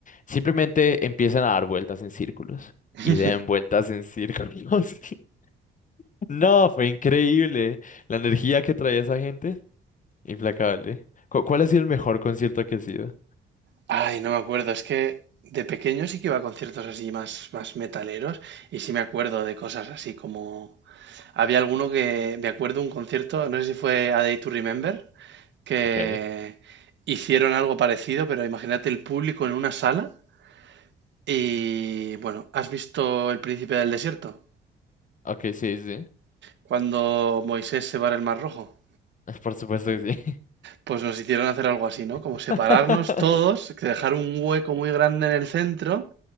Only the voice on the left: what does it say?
simplemente empiecen a dar vueltas en círculos
y den vueltas en círculos. <laughs> No, fue increíble. La energía que traía esa gente, implacable. ¿Cu- ¿Cuál ha sido el mejor concierto que ha sido?
Ok,
ok, sí, sí.
<laughs> Por supuesto que sí.
<laughs>